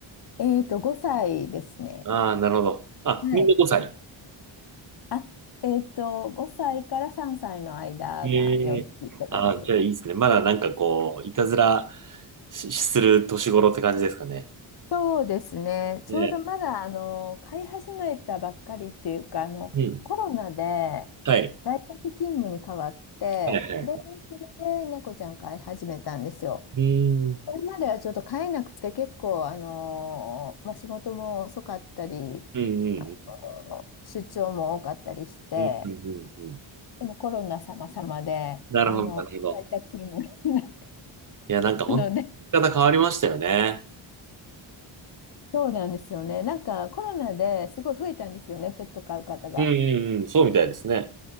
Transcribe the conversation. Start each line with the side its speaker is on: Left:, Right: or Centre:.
Left: えっと5歳ですね
Right: ああ、なるほど。あ、
Left: はい
Right: みんな5歳。
Left: あえっと5歳から3歳の間が4匹って感じです
Right: ええああ、じゃあいいですね。まだなんかこう、いたずらし、する年頃って感じですかね。
Left: そうですね。ちょうどまだ、
Right: ね。
Left: あの、飼い始めたばっかりっていうか、あの、
Right: うん。
Left: コロナで
Right: はい。
Left: 在宅勤務に変わって、
Right: はいはいはい。
Left: で、それで猫ちゃん飼い始めたんですよ。
Right: うーん。
Left: これまではちょっと飼えなくて結構、あの、まあ、仕事も遅かったり、
Right: うんうん
Left: あの出張も多かったりして、
Right: うん。うんうんうんうん。
Left: でもコロナ様々で、
Right: なるほど、
Left: あの、
Right: なるほど。
Left: 在宅勤務になっ
Right: いや、なんか本当に生き方変わりましたよね。
Left: たので、そうなんですよね。なんかコロナですごい増えたんですよね、ペット飼う方が。
Right: うんうんうん、そうみたいですね。